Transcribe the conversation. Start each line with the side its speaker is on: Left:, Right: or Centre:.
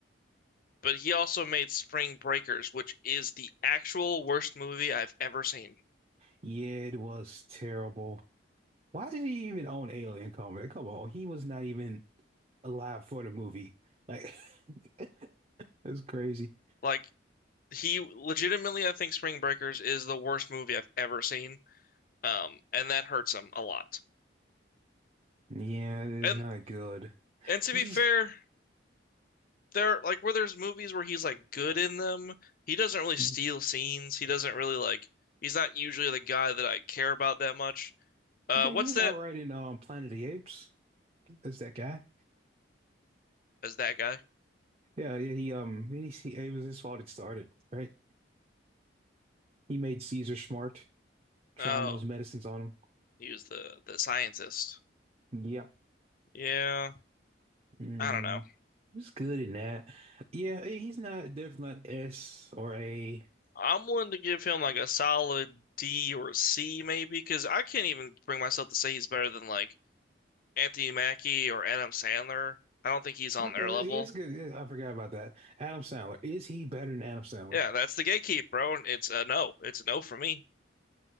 Left: but he also made Spring Breakers, which is the actual worst movie I've ever seen.
Right: Yeah, it was terrible. Why did he even own Alien Covenant? Come on, he was not even alive for the movie. Like, <laughs> that's crazy.
Left: Like, he legitimately, I think Spring Breakers is the worst movie I've ever seen. Um, and that hurts him a lot.
Right: Yeah, it is
Left: And
Right: not good.
Left: And to
Right: He's,
Left: be fair, there like where there's movies where he's like good in them, he doesn't really steal
Right: I
Left: scenes. He doesn't really like he's not usually the guy that I care about that much. Uh
Right: think
Left: what's
Right: he was
Left: that?
Right: all right in um Planet of the Apes. That's that guy.
Left: Is that guy?
Right: Yeah, yeah. He um, then he, he it was his fault it started, right? He made Caesar smart, trying
Left: Oh,
Right: those medicines on
Left: he was the the scientist.
Right: him. Yeah.
Left: Yeah,
Right: Mm,
Left: I don't know.
Right: he was good in that. Yeah, he- he's not definitely not S or A.
Left: I'm willing to give him like a solid D or a C maybe because I can't even bring myself to say he's better than like Anthony Mackie or Adam Sandler. I don't think he's on
Right: Okay,
Left: their level.
Right: he is good. Yeah, I forgot about that. Adam Sandler. Is he better than Adam Sandler?
Left: Yeah, that's the gatekeep, bro. It's a no. It's a no for me.